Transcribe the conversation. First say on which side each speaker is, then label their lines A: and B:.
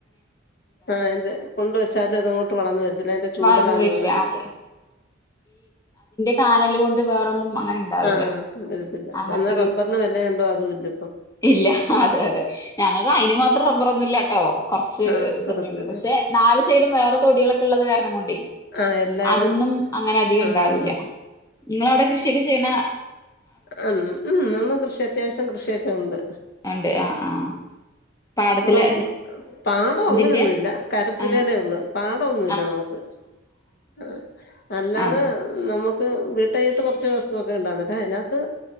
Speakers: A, on the left; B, on the left.
A: ആഹ് അതിന്റെ കൊണ്ടുവച്ചാലും അതങ്ങോട്ട് വളന്ന് വരത്തില്ല അതിന്റെ ചൂടലാന്ന്
B: വളർന്നു വരില്ല
A: പറയും
B: അതെ ചാനല് കൊണ്ട് വേറൊന്നും അങ്ങനെ ഉണ്ടാവില്ല
A: ആഹ്
B: അങ്ങനത്തൊരു
A: എന്നാ റബ്ബറിന് വെലയ് ഉണ്ടോ അതുമില്ല
B: ഇല്ല അതെ അതെ ഞങ്ങൾക്ക് അയിനു മാ ത്രം റബ്ബാറൊന്നുമില്ല ട്ടോ കുറച്ച്
A: ആഹ്
B: ഇതന്നെയുള്ളൂ
A: കൊറച്ച്
B: പക്ഷെ നാല് സൈഡും വേറെ തൊടികളൊക്കെ ഉള്ളത് കാരണം കൊണ്ടേ
A: ആഹ് എല്ലാരും
B: അതൊന്നും അങ്ങനെ അധികം
A: ആഹ്
B: ഇണ്ടാവില്ല നിങ്ങളവിടെ കൃഷിയൊക്കെ ചെയ്യുന്ന
A: ങം ഉം കൃഷി അത്യാവശ്യം കൃഷിയൊക്കെ ഉണ്ട്
B: ഉണ്ട് ആഹ് ആഹ് പാടത്തിലെ
A: പുറം പാടം
B: ഇതിന്റെ
A: അങ്ങനൊന്നൂല്ല കരപ്പുരേടെ
B: ആ
A: ഒള്ളൂ പാടൊന്നൂല്ല
B: ആ
A: നമുക്ക് ആ അല്ലാതെ
B: ആ ആ
A: നമുക്ക് വീട്ടയ്യത്ത് കൊറച്ച് വസ്തു ഒക്കെ ഉണ്ടാരുന്നതേ ത്